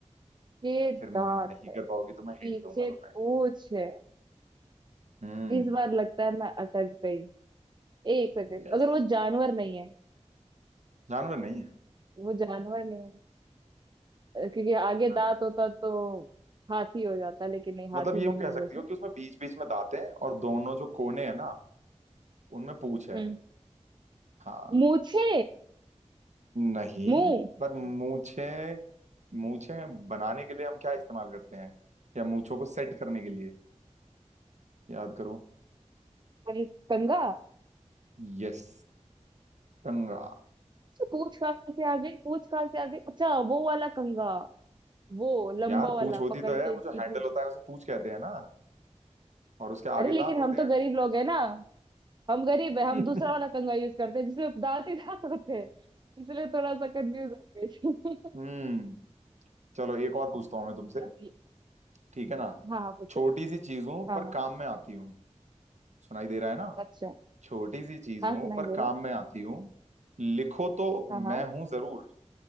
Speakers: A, on the right; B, on the right.
A: ये दांत
B: फिर नहीं
A: है
B: कर पाओगी तो मैं
A: पीछे
B: हिंट दूंगा
A: पूछ
B: तुम्हें
A: है
B: हम्म
A: इस बार लगता है मैं अटक गई एक सेकंड
B: यस
A: अगर वो जानवर नहीं है
B: जानवर नहीं है
A: वो जानवर नहीं है अ, क्योंकि आगे
B: ना
A: दांत होता तो हाथी हो जाता लेकिन नहीं
B: मतलब
A: हाथी
B: ये
A: नहीं
B: वो कह
A: है
B: सकती
A: जैसे
B: हो कि उसमें बीच बीच में दांत हैं और दोनों जो कोने हैं ना उनमें पूंछ है
A: हम्म
B: हाँ
A: मूछे
B: नहीं
A: मुंह
B: पर मूछे मूछे बनाने के लिए हम क्या इस्तेमाल करते हैं या मूछों को सेट करने के लिए याद करो
A: कं- कंघा
B: यस कंघा
A: अच्छा, पूछ कहाँ से आ गई पूछ कहाँ से आ गई अच्छा वो वाला कंघा वो लंबा
B: यार
A: वाला
B: पूंछ होती
A: पकड़
B: तो
A: के
B: है वो
A: जिसकी
B: जो हैंडल
A: पूछ
B: होता है उसे पूंछ कहते हैं ना और उसके आगे
A: अरे लेकिन
B: दांत होते
A: हम तो
B: हैं
A: गरीब लोग है ना हम गरीब
B: <laughs>
A: है हम दूसरा वाला कंघा यूज करते हैं जिसमें दांत ही दांत होते हैं इसलिए थोड़ा सा कंफ्यूज हो गई थी
B: हम्म चलो एक और पूछता हूँ मैं तुमसे
A: <laughs> ये-
B: ठीक है ना
A: हाँ हाँ पूछो
B: छोटी सी चीजों
A: हाँ
B: पर
A: हाँ
B: काम में आती हूँ सुनाई दे रहा है ना
A: अच्छा
B: छोटी सी चीज
A: हाँ
B: हूं
A: सुनाई
B: पर
A: दे
B: काम
A: रहा
B: में आती हूँ लिखो तो
A: हाँ हाँ
B: मैं हूं जरूर